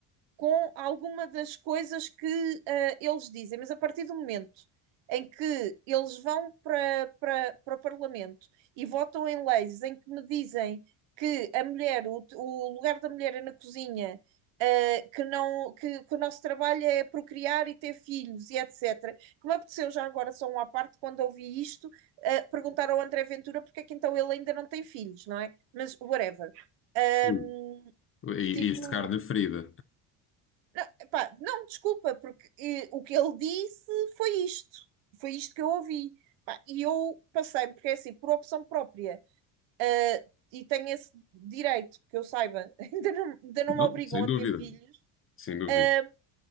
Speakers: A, on the right; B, on the left.
A: com alguma das coisas que eh, eles dizem, mas a partir do momento em que eles vão para, para, para o Parlamento e votam em leis em que me dizem que a mulher, o, o lugar da mulher é na cozinha, eh, que, não, que, que o nosso trabalho é procriar e ter filhos e etc. Que me apeteceu já agora, só um à parte, quando ouvi isto, eh, perguntar ao André Ventura porque é que então ele ainda não tem filhos, não é? Mas whatever. Um,
B: Hum. E,
A: Tipo,
B: e este carne ferida.
A: não, epá, não, desculpa, porque eh, o que ele disse foi isto. Foi isto que eu ouvi. Pá, e eu passei, porque é assim, por opção própria. ah, e tenho esse direito, que eu saiba, <laughs> ainda não, ainda não
B: Não,
A: me obrigam
B: sem
A: a
B: dúvida,
A: ter filhos.
B: sem dúvida.
A: Ah,